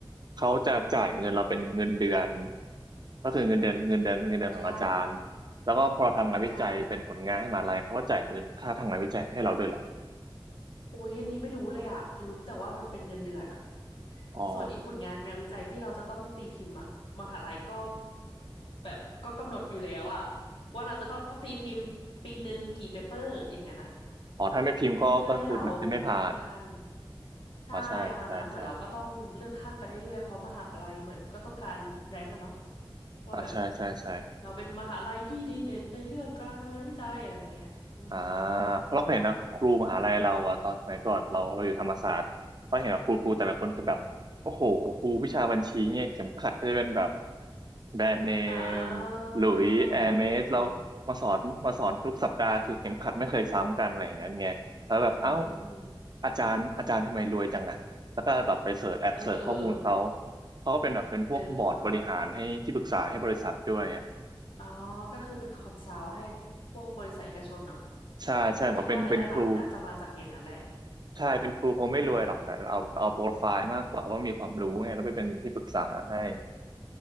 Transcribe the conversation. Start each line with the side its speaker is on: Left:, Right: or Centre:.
Right: เขาจะจ่ายเงินเราเป็นเงินเดือน
Left: อืม
Right: ก็คือเงินเดือนเงินเดือนเงินเดือนของอาจารย์
Left: ใช่
Right: แล้วก็พอเราทำงานวิจัยเป็นผลงานให้มหาลัยเขาก็จ่ายเงินค่าทำงานวิจัยให้เราด้วยเหรอ
Left: ใช่โอ้ยอันนี้ไม่รู้เลยอะรู้แต่ว่ามันเป็นเงินเดือนอะ
Right: อ๋อ
Left: ส่วนอีผลงานงานวิจัยที่เราจะต้องตีพิมพ์อะมหาลัยก็แบบก็กำหนดอยู่แล้วอะว่าเราจะต้องตีพิมพ์ปีหนึ่งกี่เปเปอร์อย่างนั้นอะ
Right: อ๋อถ้าไม่พิมพ์ก็ก็คือมันจะไม่ผ่าน
Left: เพื่อให้เราเลื่อนขั้นใช่ประมาณนั้นเหมือนเราก็ต้องเลื่อนขั้นไปเรื่อยๆเพราะมหาลัยเหมือนก็ต้องการแรงก์อะเนาะ
Right: อ๋อใช่ใช่ใช่
Left: ว่าแบบ
Right: อ๋อใช่ใช่ใช่
Left: เราเป็นมหาลัยที่ดีเด่นในเรื่องการทำงานวิจัยอะไรเงี้ยอืม
Right: อ่าเพราะเราเคยเห็นนะครูมหาลัยเราอะตอนสมัยก่อนเราเราอยู่ธรรมศาสตร์เราเห็นแบบครูครูแต่ละคนคือแบบโอ้โหครูวิชาบัญชีเนี่ยเข็มขัดก็จะเป็นแบบ
Left: ใช่อืม
Right: แบรนด์เน
Left: อ่า
Right: มหลุยแอร์เมสเรา
Left: อืม
Right: มาสอนมาสอนทุกสัปดาห์คือเข็มขัดไม่เคยซ้ำกันอะไรอย่างเงี้ยไงแล้วแบบเอ้า
Left: อืมอืม
Right: อาจารย์อาจารย์ทำไมรวยจังอะแล้วก็แบบไปเสิร์ชแอบเสิร์ชข้อมูลเขา
Left: เออเออเออ
Right: เขาก็เป็นแบบเป็นพวกบอร์ดบริหารให้ที่ปรึกษาให้บริษัทด้วยไง
Left: เออคือว่าไงอ๋อก็คือเป็นคอนซัลท์ให้พวกบริษัทเอกชนเนาะ
Right: ใช่ใช่เหมือนเป็นเป็นครู
Left: คิดว่ารายได้หลักมันน่าจะมาจากอย่างนั้นแหละ
Right: ใช่เป็นครูคงไม่รวยหรอกแต่เอาเอาโปรไฟล์มากกว่าว่ามีความรู้ไงแล้วไปเป็นที่ปรึกษาให้
Left: อืม